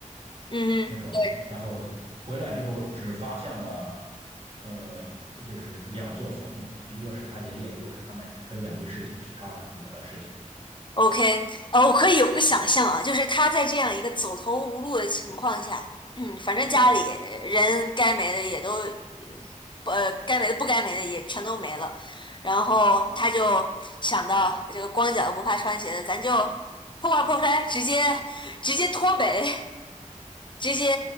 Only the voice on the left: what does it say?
嗯嗯，
对。
OK，呃，我可以有一个想象啊，就是他在这样一个走投无路的情况下，嗯，反正家里人该没的也都，呃，该没的不该没的也全都没了，然后他就想到这个光脚不怕穿鞋的，咱就破罐破摔，直接直接脱北，直接，